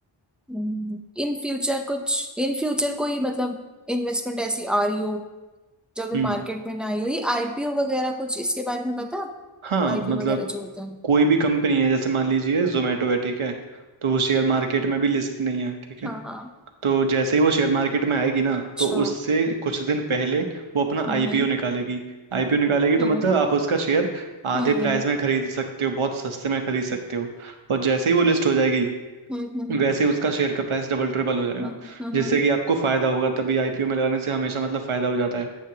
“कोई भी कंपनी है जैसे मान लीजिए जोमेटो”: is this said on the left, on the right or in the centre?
Right